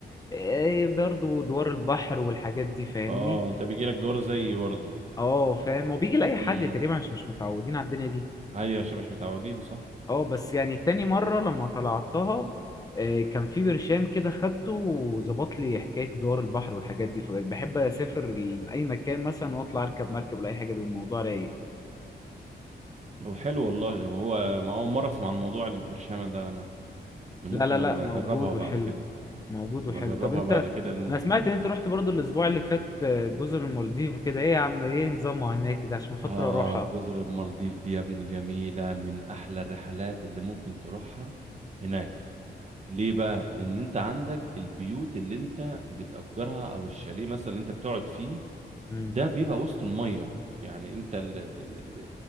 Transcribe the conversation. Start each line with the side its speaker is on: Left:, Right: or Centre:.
Left: إيه برضو دوار البحر والحاجات دي فاهمني
Right: اه انت بيجيلك دور زيي برضه
Left: اه فاهم هو بيجي لأي حد
Right: امم
Left: تقريبا مش مش متعودين على الدنيا دي
Right: ايوه عشان مش متعودين صح
Left: اه بس يعني تاني مرة لما طلعتها إيه كان في برشام كده خدته وظبط لي حكاية دوار البحر والحاجات دي فبقيت بحب أسافر ل- أي مكان مثلا وأطلع أركب مركب ولا أي حاجة بالموضوع رايق
Right: طب حلو والله هو ما اول مره اسمع عن موضوع البرشامه ده انا ممكن
Left: لا لا لا
Right: ابقى
Left: موجود
Right: اجربها بعد
Left: وحلو
Right: كده
Left: موجود وحلو
Right: ابقى اجربها
Left: طب أنت
Right: بعد كده إن...
Left: أنا سمعت إن أنت رحت برضو الأسبوع اللي فات آه، جزر المالديف وكده إيه يا عم إيه نظامها هناك كده عشان بفكر
Right: اه
Left: أروحها
Right: جزر المالديف دي يا ابني جميله من احلى الرحلات اللي ممكن تروحها هناك ليه بقى لان انت عندك البيوت اللي انت بتأجرها او الشاليه مثلا اللي انت بتقعد فيه
Left: مم.
Right: ده بيبقى وسط الميه يعني انت ال... ال... ال... ال-